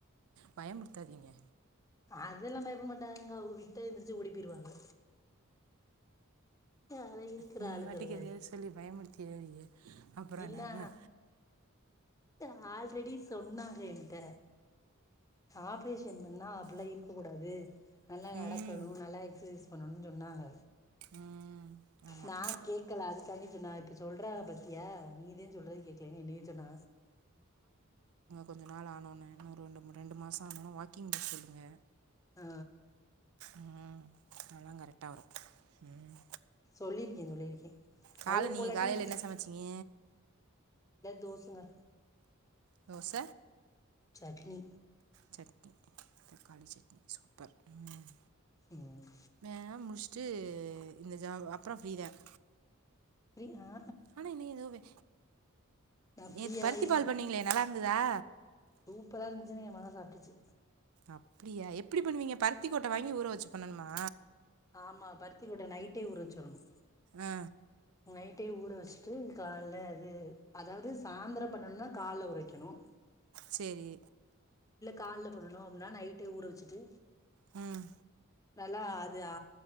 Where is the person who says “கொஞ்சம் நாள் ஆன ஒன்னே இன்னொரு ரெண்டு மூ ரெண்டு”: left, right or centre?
Right